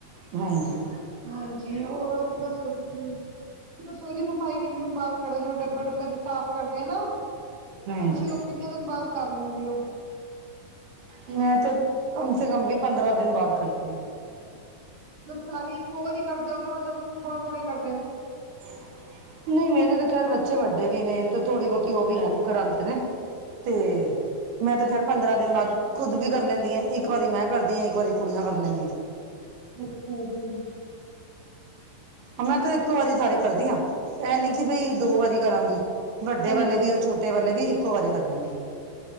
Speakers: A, on the right (about 85°); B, on the right (about 60°).
A: ਹਾਂਜੀ
B: ਹਾਂਜੀ ਹੋਰ ਦੱਸੋ ਤੁਸੀਂ <unintelligible> ਸਫਾਈ ਤਿੰਨ ਦਿਨ ਬਾਅਦ ਕਰਦੇ ਜਿਵੇਂ ਡੱਬੇ ਡੁੱਬੇ ਤੇ ਸਾਫ਼ ਕਰਦੇ ਆ ਨਾ
A: ਹਾਂਜੀ
B: ਤੁਸੀਂ ਉਹ ਕਿੰਨੇ ਦਿਨ ਬਾਅਦ ਕਰ ਲੈਂਦੇ ਹੋ
A: ਮੈਂ ਤੇ ਕਮ ਸੇ ਕਮ ਵੀ ਪੰਦਰਾਂ ਦਿਨ ਬਾਅਦ ਕਰਦੀ
B: ਮਤਲਬ ਸਾਰੀ ਇੱਕੋ ਵਾਰੀ ਕਰਦੇ ਓ ਕੇ ਮਤਲਬ ਥੋੜੀ ਥੋੜ੍ਹੀ ਕਰਦੇ ਹੋ
A: ਹ ਨਹੀਂ ਮੇਰੇ ਤਾਂ ਖੈਰ ਬੱਚੇ ਵੱਡੇ ਵੀ ਨੇ ਤੇ ਥੋੜੀ ਬਹੁਤੀ ਉਹ ਵੀ ਹੈਲਪ ਕਰਾਦੇ ਨੇ। ਤੇ ਮੈਂ ਤੇ ਘਰ ਪੰਦਰਾਂ ਦਿਨ ਬਾਅਦ ਖੁਦ ਵੀ ਕਰ ਲੈਂਦੀ ਏ ਇੱਕ ਵਾਰੀ ਮੈਂ ਕਰਦੀ ਹਾਂ ਇੱਕ ਵਾਰੀ ਕੁੜੀਆਂ ਕਰ ਲੈਂਦੀ
B: ਅੱਛਾ ਜੀ
A: ਮੈਂ ਤੇ ਇੱਕ ਵਾਰੀ ਸਾਰੇ ਕਰਦੀ ਹਾਂ ਇਹ
B: ਅੱਛਾ
A: ਨੀ ਕਿ
B: ਇੱਕ
A: ਬਈ ਦੋ ਵਾਰੀ ਕਰਾਂਗੀ ਵੱਡੇ
B: ਹਾਂਜੀ
A: ਵਾਲੇ ਵੀ ਛੋਟੇ ਵਾਲੇ ਵੀ ਇੱਕੋ ਵਾਰੀ ਕਰ ਲੈਂਦੀ ਆ